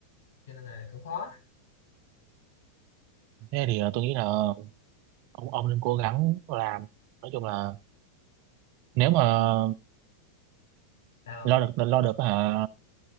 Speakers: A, on the left; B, on the right.
A: cho nên là cũng khó
B: thế thì ờ, tôi nghĩ là ông ông nên cố gắng làm nói chung là nếu mà
A: sao
B: lo
A: không
B: được lo được hả